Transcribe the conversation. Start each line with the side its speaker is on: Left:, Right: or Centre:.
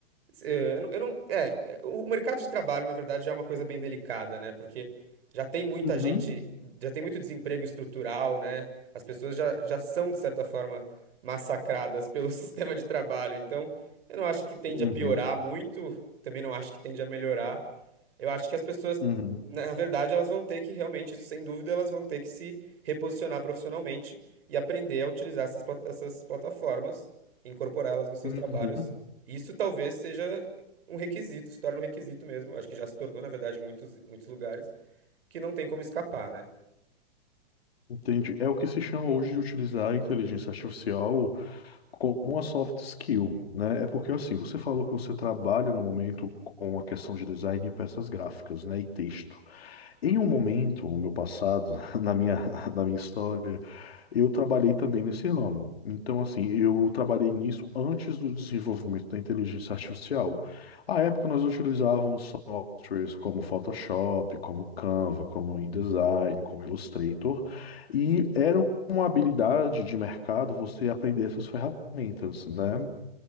Right: é, Eu não, eu não- é, é, o o mercado de trabalho, na verdade, já é uma coisa bem delicada, né? Porque já tem muita
Left: uhum,
Right: gente, já tem muito desemprego estrutural, né? As pessoas já, já são, de certa forma, massacradas pelo <laughs> sistema de trabalho. Então, eu não acho que tende
Left: uhum,
Right: a piorar muito, também não acho que tende a melhorar. Eu acho que as pessoas,
Left: uhum,
Right: na verdade, elas vão ter que realmente, isso sem dúvida, elas vão ter que se reposicionar profissionalmente e aprender a utilizar essas, pla- essas plataformas, incorporá-las nos seus
Left: uhum.
Right: trabalhos isso talvez seja um requisito, se torna um requisito mesmo. Acho que já se tornou, na verdade, em muitos, muitos lugares, que não tem como escapar, né?
Left: Entendi. É o que se chama hoje de utilizar a inteligência artificial como uma soft skill, né? É porque assim, você falou que você trabalha no momento com a questão de design e peças gráficas, né? E texto. Em um momento, no meu passado, <laughs> na minha, na minha história, eu trabalhei também nesse ramo. Então, assim, eu trabalhei nisso antes do desenvolvimento da inteligência artificial. À época, nós utilizávamos softwares como Photoshop, como Canva, como InDesign, como Illustrator, e era uma habilidade de mercado você aprender essas ferramentas, né?